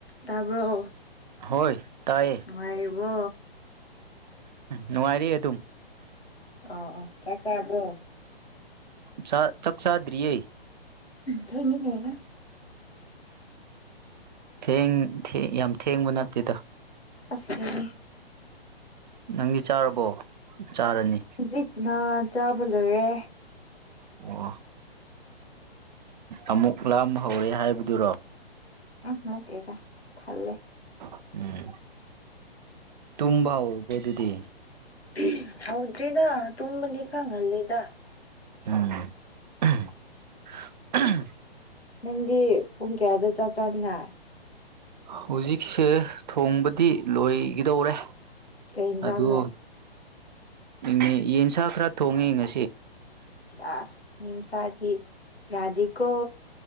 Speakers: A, on the left (about 80°); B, on the right (about 45°).
A: ꯇꯥꯕ꯭ꯔꯣ
B: ꯍꯣꯏ ꯍꯣꯏꯌꯦ
A: ꯅꯨꯡꯉꯥꯏꯔꯤꯕꯣ
B: ꯅꯨꯡꯉꯥꯏꯔꯤ ꯑꯗꯨꯝ
A: ꯑꯥ ꯑꯥ ꯆꯥꯛ ꯆꯥꯔꯕ꯭ꯔꯣ
B: ꯆꯥ ꯆꯥꯛ ꯆꯥꯗ꯭ꯔꯤꯌꯦ
A: ꯊꯦꯡꯉꯤꯅꯦ
B: ꯊꯦꯡ ꯌꯥꯝ ꯊꯦꯡꯕ ꯅꯠꯇꯦꯗ
A: ꯑꯁ ꯊꯦꯡꯉꯦ
B: ꯅꯪꯗꯤ ꯆꯥꯔꯕꯣ ꯆꯥꯔꯅꯤ
A: ꯍꯧꯖꯤꯛꯅ ꯆꯥꯕ ꯂꯣꯏꯔꯦ
B: ꯑꯣ ꯑꯃꯨꯛ ꯂꯥꯝ ꯍꯧꯔꯦ ꯍꯥꯏꯕꯗꯨꯔꯣ
A: ꯎꯝ ꯅꯠꯇꯦꯗ ꯊꯜꯂꯦ
B: ꯎꯝ ꯎꯝ ꯇꯨꯝꯕ ꯍꯧꯔꯨꯕꯗꯨꯗꯤ
A: ꯎꯝ ꯍꯧꯗ꯭ꯔꯤꯗ ꯇꯨꯝꯕꯗꯤ ꯈꯔ ꯉꯜꯂꯤꯗ
B: ꯎꯝ <unintelligible>
A: ꯅꯪꯗꯤ ꯄꯨꯡ ꯀꯌꯥꯗ ꯆꯥꯛ ꯆꯥꯅꯤꯡꯉꯥꯏ
B: ꯍꯨꯖꯤꯛꯁꯦ ꯊꯣꯡꯕꯗꯤ ꯂꯣꯏꯒꯗꯧꯔꯦ
A: ꯀꯩ ꯌꯦꯟꯖꯥꯡꯅꯣ
B: ꯑꯗꯣ ꯌꯦ ꯌꯦꯟꯁꯥ ꯈꯔ ꯊꯣꯡꯉꯤ ꯉ
A: ꯁꯦꯁ ꯃꯤ ꯃꯆꯥꯗꯤ ꯌꯥꯗꯦꯀꯣ